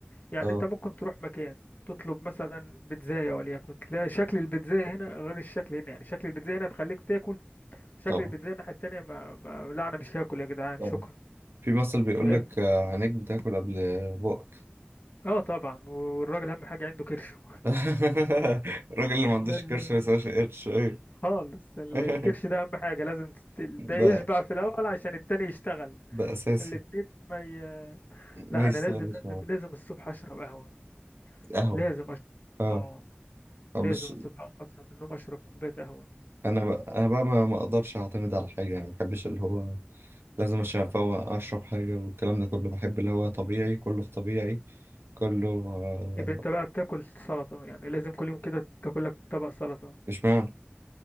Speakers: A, on the left; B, on the right.
A: يعني
B: اه
A: انت ممكن تروح مكان تطلب مثلا بيتزاية وليكن تلاقي شكل البيتزاية هنا غير الشكل هنا يعني شكل البيتزاية هنا تخليك تاكل شكل
B: طبعا
A: البيتزاية الناحية التانية ما, ما لا انا مش هاكل يا جدعان
B: طبعا
A: شكرا
B: في مثل بيقول
A: فاهمني
B: لك آه، عينيك بتاكل قبل بقك
A: اه طبعا والراجل اهم حاجة عنده كرشه <laughs>
B: <laughs> الراجل اللي ما عندوش
A: لازم
B: كرش ما يسواش قرش أيوة
A: خالص ال-
B: <laughs>
A: الكرش ده اهم حاجة لازم تت- ده يشبع
B: ده
A: في الاول عشان التاني يشتغل
B: ده أساسي
A: الاتنين ما ي... لا
B: ماشي
A: انا لازم
B: طبعا مش
A: لازم لازم الصبح اشرب قهوة
B: قهوة
A: لازم أشرب.
B: اه
A: اه
B: مش
A: لازم الصبح اصحى من النوم اشرب كوباية قهوة
B: انا ب... انا بقى ما ما اقدرش اعتمد على حاجه يعني ما بحبش اللي هو لازم عشان افوق اشرب حاجه والكلام ده كله بحب اللي هو طبيعي كله في طبيعي كله آه،
A: يبقى انت بقى بتاكل سلطة يعني لازم كل يوم كده تاكلك طبق سلطة
B: مش معنى